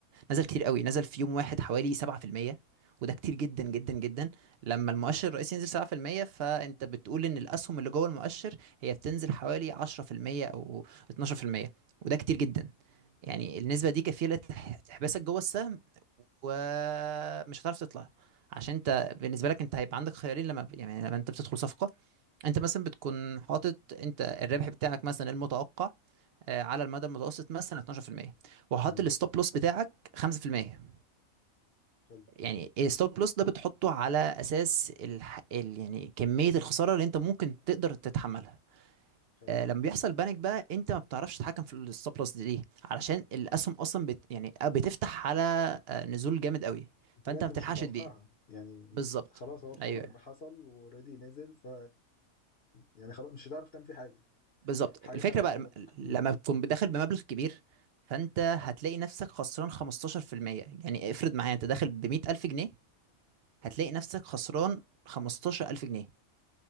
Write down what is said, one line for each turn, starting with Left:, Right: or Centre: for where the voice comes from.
Right: نزل كتير قوي نزل في يوم واحد حوالي 7% وده كتير جدا جدا جدا لما المؤشر
Left: اكيد
Right: الرئيسي ينزل 7% فانت بتقول ان الاسهم اللي جوه المؤشر هي بتنزل حوالي 10% او 12% وده كتير جدا يعني النسبة دي كفيلة تح- تحبسك جوه السهم ومش هتعرف تطلع عشان انت بالنسبة لك انت هيبقى عندك خيارين لما يعني لما انت بتدخل صفقة انت مثلا بتكون حاطط انت الربح بتاعك مثلا المتوقع آه، على المدى المتوسط مثلا 12% وحاطط
Left: تمام
Right: الستوب لوس بتاعك 5%
Left: حلو
Right: يعني الستوب لوس ده بتحطه على اساس ال... ال... يعني كمية الخسارة اللي انت ممكن تقدر تتحملها
Left: حلو
Right: آه، لما بيحصل بانيك بقى انت ما بتعرفش تتحكم في الستوب لوس دي ليه علشان الاسهم اصلا بت... يعني بتفتح على آه، نزول جامد قوي فانت
Left: حاجه انت
Right: ما بتلحقش
Left: مش متوقعها
Right: تبيع
Left: يعني
Right: بالظبط
Left: خلاص هو الخبر
Right: ايوه
Left: ان حصل واوريدي نزل ف يعني خلاص مش هتعرف تعمل فيه حاجه
Right: بالظبط
Left: حاجه
Right: الفكره
Left: خارجه
Right: بقى
Left: عن ارادتك
Right: لما
Left: م-
Right: تكون داخل بمبلغ كبير فانت هتلاقي نفسك خسران 15% يعني افرض معايا انت داخل ب 100000 جنيه هتلاقي نفسك خسران 15000 جنيه